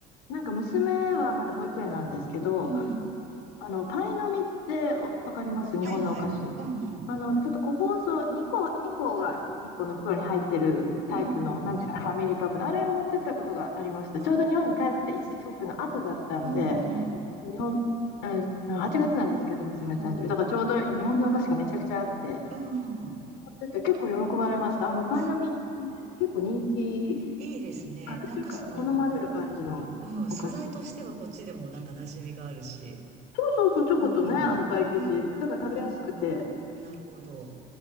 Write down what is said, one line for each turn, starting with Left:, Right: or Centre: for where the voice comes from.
Left: なんか娘はまだ保育園なんですけど、
Right: うん。
Left: あの、パイの実っておわかります日本のお菓子の。
Right: はいはい。うんうん。
Left: あの、ちょっと個包装、2個、2個が1個の袋に入ってるタイプの、
Right: うんうん。
Left: なんていうかな、ファミリーパックの、あれを持ってったことがありました。
Right: あ、
Left: ちょうど日本に帰って一時帰国の後だったんで、
Right: うんうん。
Left: 日本、うん、8月なんですけど、娘の誕生日。
Right: うん。
Left: だからちょうど日本のお菓子がめちゃくちゃあって、
Right: うん。
Left: 持ってって結構喜ばれました。あの、パイの実って結構人気。
Right: あ、いいですね。
Left: あるというか、
Right: なんかその、
Left: 好まれる感じのお菓子。
Right: うん、素材としてはこっちでもなんか馴染みがあるし。
Left: そうそうそう、チョコとね、
Right: うん。
Left: あのパイ生地。
Right: ね。
Left: だから食べやすくて、
Right: ああ、なるほど。